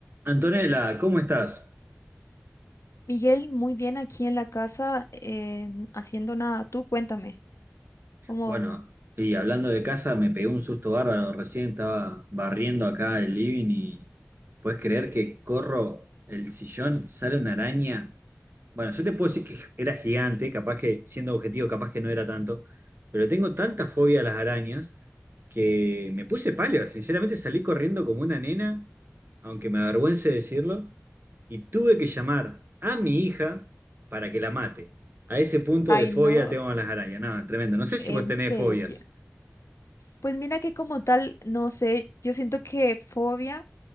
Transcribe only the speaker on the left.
Miguel, muy bien aquí en la casa, eh, haciendo nada. Tú cuéntame, ¿cómo
vas?
Ay,
no,
en
serio.
Pues mira que como tal, no sé, yo siento que fobia.